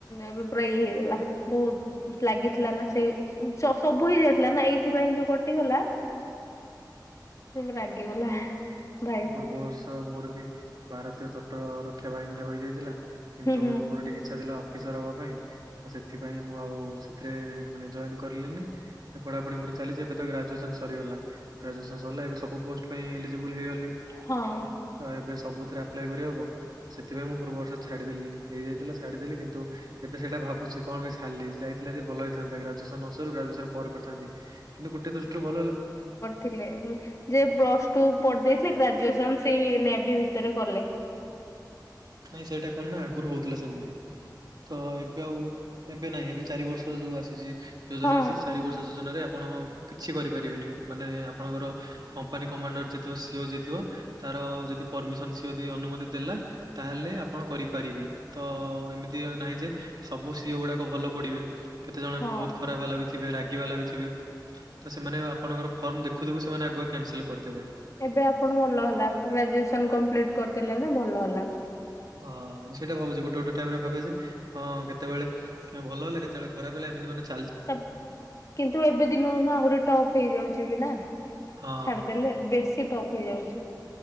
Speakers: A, on the left; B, on the right.
A: ଅଭିପ୍ରାୟ ହେଇଗଲା ବହୁତ ଲାଗିଥିଲା ନା ସେଇ ସବୁ ହେଇଯାଇଥିଲା ନା ଏଇଥିପାଇଁ ଯୋଉ କଟିଗଲା। ସେ ରାଗିଗଲା। ଭାଇ
B: ପୂର୍ବ ବର୍ଷ ମୋର ବି ଭାରତୀୟ ତଟ ରକ୍ଷା ବାହିନୀରେ ହୋଇଯାଇଥିଲା କିନ୍ତୁ
A: ହୁଁ ହୁଁ
B: ମୋର ଟିକେ ଇଚ୍ଛା ଥିଲା ଅଫିସର ହବା ପାଇଁ। ତ ସେଥିପାଇଁ ମୁଁ ଆଉ ସେଥିରେ ମାନେ ଜଏନ୍ କରଲିିନି। ଏ ପଢାପଢି ପୁଣି ଚାଲିଚି ଏବେ ତ ଗ୍ରାଜୁଏସନ ସରିଗଲା। ଗ୍ରାଜୁଏସନ୍ ସିରଲା ଏବେ ସବୁ ପୋଷ୍ଟ ପାଇଁ ଏଲିଜିବୁ୍ଲ୍ ହେଇଗଲି।
A: ହଁଅଁ।
B: ତ ଏବେ ସବୁଥେରେ ଆପ୍ଲାଏ କରିହବ। ସେଥିପାଇଁ ମୁଁ ପୂର୍ବବର୍ଷ ଛାଡିଦେଲି, ହେଇଯାଇଥିଲା ଛାଡିଦେଲି କିନ୍ତୁ ଏବେ ସେଇଟା ଭାବୁଛି କଣ ପେଇଁ ଛାଲି ଯାଇଥିଲେ ଏରି ଭଲ ହେଇଥାନ୍ତା। ଗ୍ଗ୍ରାଜୁଏସନ ନ ସରୁ ଗ୍ରାଜୁଏସନ ପରେ କରିଥାନ୍ତି। କିନ୍ତୁ, ଗୋଟେ ଦୃଷ୍ଟିରୁ ଭଲ ହେଲା।
A: ଥିଲେ ଯେ ପ୍ଲସ୍ ଟୁ ପଡ ଦେଇଥିଲେ ଗ୍ରାଜୁଏସନ୍ ସେଇ ନ୍ୟାଭି ଭିତେରେ କଲେ।
B: ନାଇଁ ସେଇଟା କଣ ନା ଆଗୁରୁ ହଉଥିଲା ସେମିତି ତ ଏବେ ଆଉ ଏବେ ନାହିଁ ଏବେ ଚାରି ବର୍ଷ ଯୋଉ ଆସିଚି ଯୋଜନା
A: ହଁ
B: ଆସିଚି ଚାରି ବର୍ଷ ଯୋଜନାରେ ଆପଣ ଅ କିଛି କରି ପାରିବେନି ମାନେ ଆପଣଙ୍କର କମ୍ପାନୀ କମାଣ୍ଡର ଯିଏ ଥିବ ସି ଓ ଯିଏ ଥିବ ତାର ଯଦି ପରମିସନ ସିଓ ଅଦି ଅନୁମତି ଦେଲା ତାହେଲେ ଆପଣ କରିପାରିବେ। ତ ଏମିତି ନାହିଁ ଯେ ସବୁ ସି ଓ ଗୁଡାକ ଭଲ ପଡିବେ। କେତେ ଜଣ
A: ହଁ
B: ବି ବହୁତ୍ ଖରାପ ବାଲା ବି ଥିବେ ରା ଗି ବାଲା ବି ଥିବେ, ତ ସେମାନେ ଆପଣଙ୍କର ଫର୍ମ ଦେଖୁ ଦେଖୁ ସେମାନେ ଆଗୁଆ କ୍ୟାନସେଲ୍ କରଦେବେ।
A: ଏବେ ଆପଣ ଭଲ ହେଲା ଗ୍ରାଜୁଏସନ୍ କମ୍ପ୍ଲିଟ୍ କରିଦେଲେ ନା ଭଲ ହେଲା।
B: ହଁ ମୁଁ ସେଇଟା ଭାବୁଚି ଗୋଟେ ଗୋଟେ ଟାଇମ ରେ ଭାବେ ଯେ ହଁ କେତେବେଳେ ଭଲ ହେଲା କେତେବେଳେ ଖରାପ ହେଲା ଏମିତି ମାନେ ଛେ
A: ତାଵ କିନ୍ତୁ ଏବେ ଦିନୁ ନା ଆହୁରି ଟପ୍ ହେଇଯାଉଛି ବି ନା।
B: ହଁ
A: ଛାଡିଦେଲେ ବେଶୀ ଟପ୍ ହେଇଯାଉଛି।